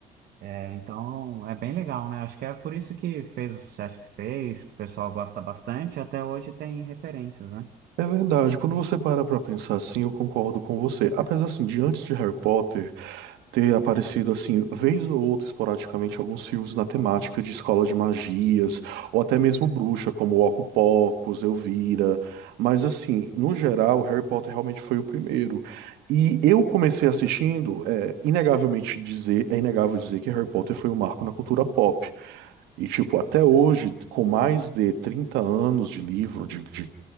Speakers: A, on the right (about 65°); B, on the right (about 85°).
A: É, então é bem legal, né? Acho que é por isso que fez o sucesso que fez, que o pessoal gosta bastante, e até hoje tem referências, né?
B: É verdade, quando você para pra pensar assim, eu concordo com você. Apesar assim, de antes de Harry Potter, ter aparecido assim, vez ou outra, esporadicamente, alguns filmes na temática de escola de magias, ou até mesmo bruxa, como Oco Pocos, Elvira. Mas assim, no geral, Harry Potter realmente foi o primeiro. E eu comecei assistindo, é inegavelmente dizer, é inegável dizer que Harry Potter foi um marco na cultura pop. E, tipo, até hoje, com mais de 30 anos de livro, de, de